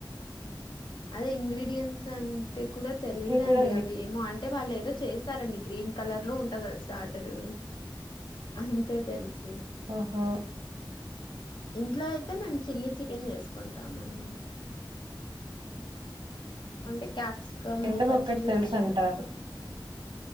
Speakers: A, on the left; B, on the right.
A: అదే ఇంగ్రీడియయంన్ట్స్ అంటే కూడా తెలిదుండి
B: మీకు కూడా తెలిదు
A: అవి ఏమో అంటే వాళ్ళు ఏదో చేస్తారండి గ్రీన్ కలర్ లో ఉంటంది స్టటరు అంతే తెలుసు
B: ఆహా
A: ఇంట్లో అయితే మేము చిల్లీ చికెన్ చేసుకుంటామండి అంటే క్యాప్సికమ్
B: తినడం
A: పచ్చిమిర్చి
B: ఒక్కటి తెలుసు అంటారు